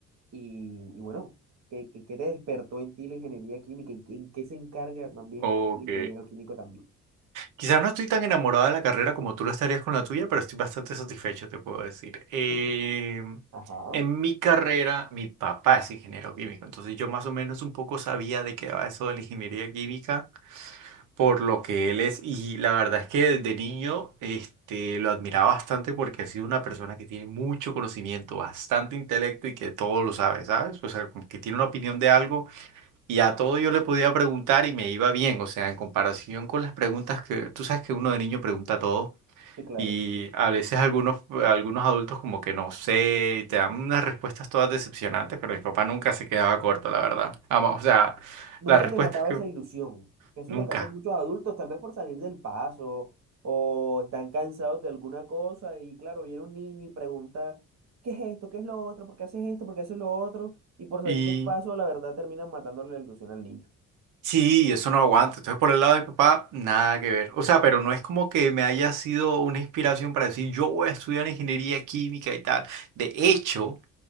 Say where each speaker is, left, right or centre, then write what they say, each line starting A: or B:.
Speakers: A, on the right (about 60°); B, on the right (about 85°).
A: Y, y bueno, ¿qué, qué, qué te despertó en ti la ingeniería química? ¿En, qué en qué se encarga más bien
B: ok.
A: el ingeniero químico también?
B: Quizás no estoy tan enamorada de la carrera como tú lo estarías con la tuya, pero estoy bastante satisfecho, te puedo decir. Eh,
A: <laughs> Ajá,
B: en mi carrera, mi papá es ingeniero químico, entonces yo más o menos un poco sabía de qué va eso de la ingeniería química, por lo que él es, y la verdad es que desde niño este, lo admiraba bastante porque ha sido una persona que tiene mucho conocimiento, bastante intelecto y que todo lo sabe, ¿sabes? O sea, como que tiene una opinión de algo y a todo yo le podía preguntar y me iba bien, o sea, en comparación con las preguntas que tú sabes que uno de niño pregunta todo
A: sí, claro.
B: y a veces algunos, algunos adultos como que no sé, y te dan unas respuestas todas decepcionantes, pero mi papá nunca se quedaba corto, la verdad. Ama- o sea,
A: Nunca
B: las respuestas
A: te mataba
B: que
A: esa ilusión. Eso
B: nunca.
A: es lo que hacen muchos adultos, tal vez por salir del paso o están cansados de alguna cosa y claro, viene un niño y pregunta, ¿qué es esto? ¿Qué es lo otro? ¿Por qué haces esto? ¿Por qué haces lo otro? Y por salir
B: Y
A: del paso, la verdad, terminan matándole la ilusión al niño.
B: sí, eso no aguanto. Entonces, por el lado de mi papá, nada que ver. O sea, pero no es como que me haya sido una inspiración para decir, yo voy a estudiar ingeniería química y tal. De hecho...